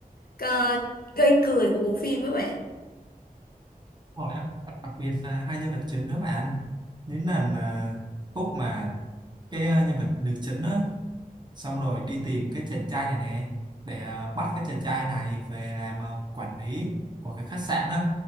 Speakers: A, on the left; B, on the right.
A: ờ, gây cười của bộ phim các bạn.
B: Đúng Rồi á, đặc, đặc biệt là hai nhân vật chính đó bạn. Những lần mà khúc mà cái ờ, nhân vật nữ chính á xong rồi đi tìm cái chàng trai này nè để à, bắt cái chàng trai này về làm à, quản lý của cái khách sạn đó